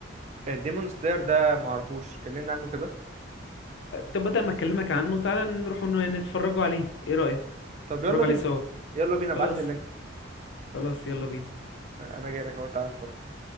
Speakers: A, on the right; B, on the left.
A: ديمون سلاير ده معرفوش كلمنا عنه كده
B: طب بدل ما اكلمك عنه تعالى نروح ن- نتفرجوا عليه ايه رايك
A: طب
B: نتفرجوا
A: يلا بينا
B: عليه سوا
A: يلا بينا
B: خلاص
A: ابعتلي اللينك
B: خلاص يلا بينا
A: آه، انا جاي لك اهو تعالى نتفرج